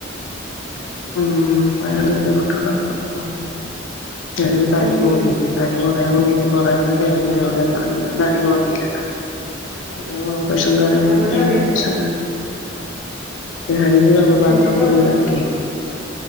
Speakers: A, on the left; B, in the centre.
A: ഉം ഭയങ്കര ബുദ്ധിമുട്ട്ണ്ടാവും. ഉം ചിലോര് തടി
B: ഉം
A: കൂടിയിട്ട്
B: ഉം
A: തടി കൊറിനിട്ട് കൊറയാൻ വേണ്ടീട്ട് കൊറെയൊക്കെ കരുതി എവിടെ ഇന്നാലും ഞാൻ തടി കൊറീല ഇ <unintelligible> ശങ്കാരങ്ങളൊ
B: ഏഹ്
A: ക്കെ
B: നല്ല
A: കഴിഞ്ഞിലെ
B: തടിണ്ടോ
A: ഷ ഞാൻ ഗർഭപാത്രൊക്കൊയിവാക്കി
B: എന്തിന്റെ ഓപ്പറേഷനോ